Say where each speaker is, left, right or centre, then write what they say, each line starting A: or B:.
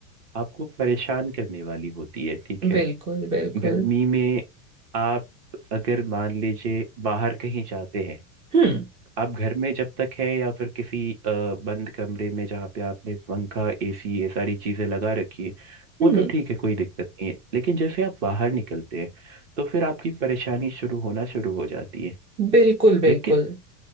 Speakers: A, on the right; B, on the right.
A: आपको परेशान करने वाली होती है ठीक है
B: बिल्कुल बिल्कुल
A: गर्मी में आप अगर मान लीजिए बाहर कहीं जाते हैं
B: हम्म
A: आप घर में जब तक हैं या फिर किसी अ, बंद कमरे में जहाँ पे आपने पंखा एसी ये सारी चीजें लगा रखी है वो
B: हम्म
A: तो ठीक है कोई दिक्कत नहीं है लेकिन जैसे आप बाहर निकलते हैं तो फिर आपकी परेशानी शुरू होना शुरू हो जाती है
B: बिल्कुल बिल्कुल
A: लेकिन